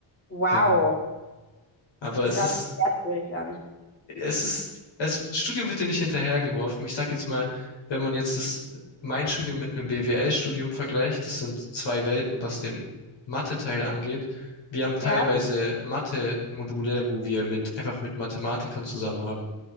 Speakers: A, on the left; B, on the left.
A: Wow,
B: Genau. Aber
A: das
B: es
A: hört
B: ist
A: sich sehr schwierig an.
B: es ist, es, das Studium wird dir nicht hinterhergeworfen. Ich sag jetzt mal, wenn man jetzt das, mein Studium mit einem BWL-Studium vergleicht, das sind zwei Welten, was den Mathe-Teil angeht. Wir haben teilweise
A: Ja,
B: Mathe-Module, wo wir mit, einfach mit Mathematikern zusammen haben.